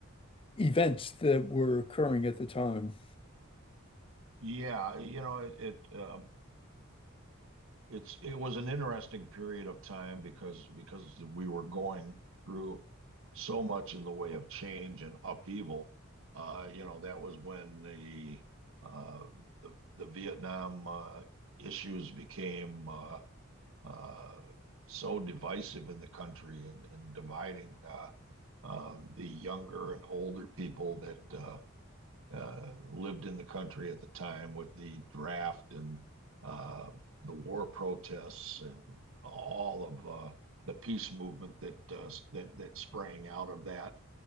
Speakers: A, on the left; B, on the right.
A: events that were occurring at the time.
B: Yeah, you know, it, it uh, it's it was an interesting period of time because because we were going through so much in the way of change and upheaval. Uh, you know, that was when the uh, the, the Vietnam uh, issues became uh, uh, so divisive in the country and and dividing. Uh, um, the younger and older people that uh, uh, lived in the country at the time with the draft and uh, the war protests and all of uh, the peace movement that uh, that that sprang out of that.